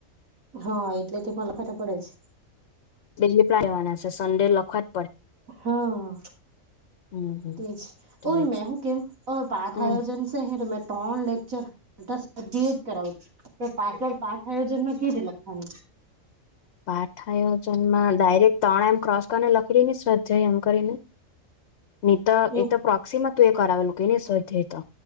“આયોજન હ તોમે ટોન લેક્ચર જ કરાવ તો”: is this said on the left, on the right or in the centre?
Right